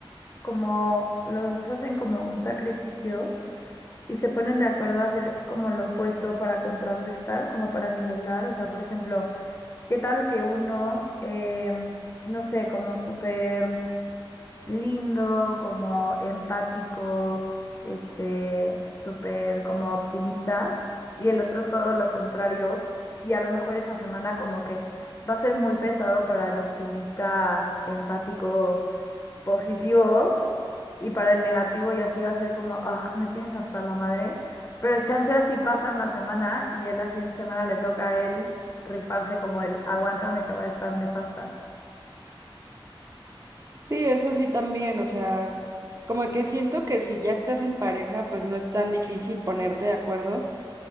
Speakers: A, on the left; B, on the right.
A: como los dos hacen como un sacrificio y se ponen de acuerdo a hacer como lo opuesto para contrarrestar, como para nivelar? O sea, por ejemplo, ¿qué tal que uno, em, no sé, como súper lindo, como empático, este, súper como optimista, y el otro todo lo contrario, y a lo mejor esta semana como que va a ser muy pesado para el optimista empático positivo, y para el negativo y así va a ser como, ah, me tienes hasta la madre, pero chance así pasan la semana y él la siguiente semana le toca a él rifarse como el, aguántame que va a estar nefasta.
B: Sí, eso sí también, o sea, como que siento que si ya estás en pareja, pues no es tan difícil ponerte de acuerdo,